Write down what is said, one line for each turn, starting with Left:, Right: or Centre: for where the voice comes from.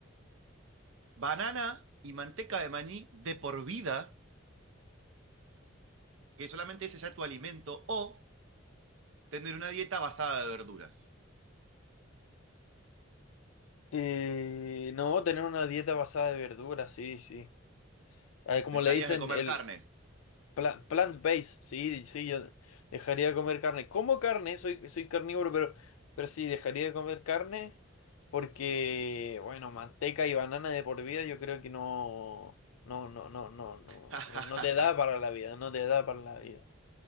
Right: banana y manteca de maní de por vida, que solamente ese sea tu alimento, o tener una dieta basada de verduras?
Left: Eh, no, tener una dieta basada de verduras, sí, sí. Eh, como
Right: ¿Dejarías
Left: le dicen,
Right: de comer
Left: el,
Right: carne?
Left: Pla- Plant-based, sí, sí, yo dejaría de comer carne. Como carne, soy, soy carnívoro, pero, pero sí, dejaría de comer carne porque, bueno, manteca y banana de por vida yo creo que no, no, no, no, no, no,
Right: <laughs>
Left: no, no te da para la vida, no te da para la vida.